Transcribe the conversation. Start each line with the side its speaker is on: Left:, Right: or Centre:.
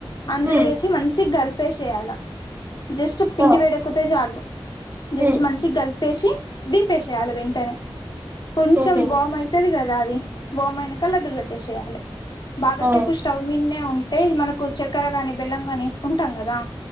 Left: అందులో
Right: హ్మ్
Left: ఏసి మంచిగల్పేసేయాల, జస్ట్ పిండి
Right: ఆ
Left: వేడక్కుతే చాలు జస్ట్
Right: హ్మ్
Left: మంచిగలిపేసి దింపేసేయాల వెంటనే, కొంచం
Right: ఓకే
Left: వామ్ అయి తది కదా అది, వామ్ అయినంక లడ్డులు కట్టేసేయాలి, బాగసేపు
Right: ఆ
Left: స్టవ్ మిన్నే ఉంటే మనకు చక్కరగాని, బెల్లం గానీ ఏసుకుంటాం కదా.